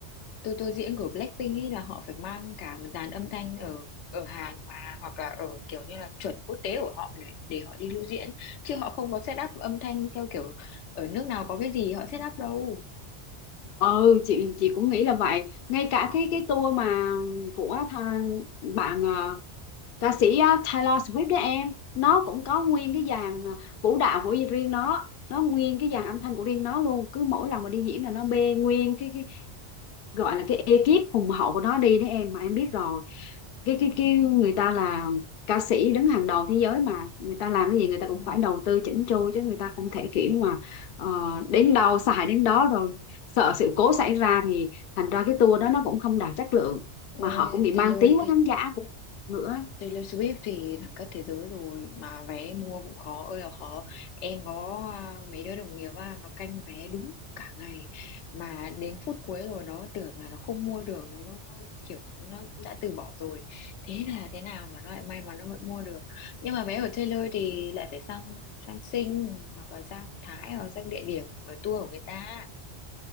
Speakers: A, on the left; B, on the left.
A: tour tour diễn của Blackpink ấy là họ phải mang cả một dàn âm thanh ở ở Hàn mà hoặc là ở kiểu như là chuẩn quốc tế của họ để, để họ đi lưu diễn chứ họ không có set up âm thanh theo kiểu ở nước nào có cái gì họ set up đâu
B: ừ chị chị cũng nghĩ là vậy ngay cả cái cái tour mà của tha, bạn ờ, ca sĩ ờ, Taylor Swift đó em nó cũng có nguyên cái dàn ờ, vũ đạo của riêng nó nó nguyên cái dàn âm thanh của riêng nó luôn cứ mỗi lần mà đi diễn là nó bê nguyên cái, cái gọi là cái ekip hùng hậu của nó đi đấy em mà em biết rồi cái cái cái người ta là ca sĩ đứng hàng đầu thế giới mà người ta làm cái gì người ta cũng
A: ừ.
B: phải đầu tư chỉnh chu chứ người ta không thể kiểu mà ờ, đến đâu xài đến đó rồi sợ sự cố xảy ra thì thành ra cái tour đó nó cũng không đạt chất lượng
A: Ôi,
B: mà họ cũng bị mang
A: Taylor
B: tiếng với khán giả cũng nữa
A: Taylor Swift thì đẳng cấp thế giới rồi mà vé mua cũng khó ơi là khó em có à, mấy đứa đồng nghiệp á, nó canh vé đúng cả ngày mà đến phút cuối rồi nó tưởng là nó không mua được nó, nó, nó kiểu nó đã từ bỏ rồi thế là thế nào mà nó lại may mắn nó vẫn mua được nhưng mà vé của Taylor thì lại phải sang sang Sing hoặc là sang Thái hoặc sang địa điểm ở tour của người ta